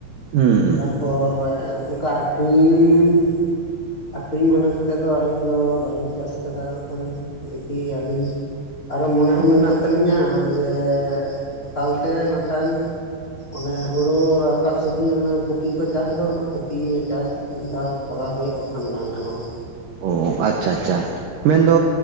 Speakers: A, on the right; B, on the left.
A: ᱦᱩᱸᱻ
B: ᱯᱚᱨᱮ ᱚᱱᱠᱟ ᱟᱹᱠᱷᱨᱤᱧ ᱟᱠᱠᱷᱨᱤᱧ ᱢᱚᱱᱮ ᱠᱟᱛᱮᱫ ᱫᱚ ᱟᱹᱞᱤᱧ ᱫᱚ ᱵᱟᱹᱞᱤᱧ ᱪᱟᱥ ᱟᱠᱟᱫᱟ ᱢᱮᱱᱠᱷᱟᱱ ᱫᱤᱠᱤ ᱟᱹᱞᱤᱧ ᱟᱨᱚ ᱢᱚᱱᱮ ᱦᱚᱸ ᱢᱮᱱᱟᱜ ᱛᱟᱹᱟᱞᱤᱧᱟ ᱡᱮ ᱮᱠᱟᱞᱛᱮ ᱱᱟᱜ ᱠᱷᱟᱱ ᱚᱱᱮ ᱦᱩᱲᱳ ᱨᱟᱠᱟᱵ ᱥᱤᱡᱤᱱ ᱚᱱ ᱠᱚᱯᱤ ᱠᱚ ᱪᱟᱥᱫᱟ ᱚᱱᱟ ᱠᱚᱯᱤ ᱪᱟᱥ ᱢᱤᱫ ᱫᱷᱟᱣ ᱠᱚᱨᱟᱣ ᱦᱩᱭᱩᱜᱼᱟ ᱵᱟᱠᱷᱟᱱ ᱵᱟᱝ ᱜᱟᱱᱚᱜᱼᱟ᱾
A: ᱚ ᱟᱪᱪᱷᱟ ᱟᱪᱪᱷᱟ ᱢᱮᱱᱫᱚ